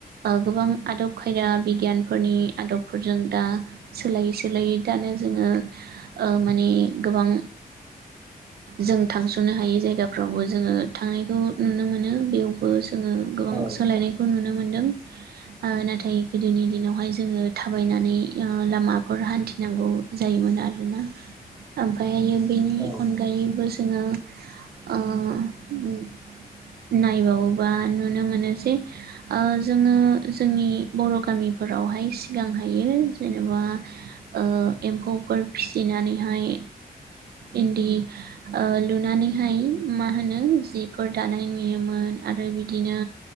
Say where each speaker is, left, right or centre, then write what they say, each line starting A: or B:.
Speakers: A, on the right; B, on the right.
A: गोबां आदब खायदा बिगियानफोरनि आदबफोरजों दा सोलायै सोलायै दानो जोङो माने गोबां जों थांस'नो हायै जायगाफ्रावबो जोङो थांनायखौ नुनो मोनो बेयावबो जोङो गोबां
B: औ नोंथां औ
A: सोलायनायखौ
B: नोंथां
A: नुनो मोनदों आ ना नाथाय गोदोनि दिनावहाय जोङो थाबायनानै ओ लामाफोर हान्थिनांगौ जायोमोन आरोना ओमफायो बेनि
B: औ
A: अनगायैबो
B: नोंथां
A: जोङो ओ उम नायबावोबा नुनो मोनो जे ओ जोङो जोंनि बर' गामिफोरावहाय सिगांहायो जेनेबा ओ एम्फौफोर फिसिनाय नानैहाय इन्दि लुनानैहाय मा होनो जि फोर दानाय नुयोमोन आरो बिदिनो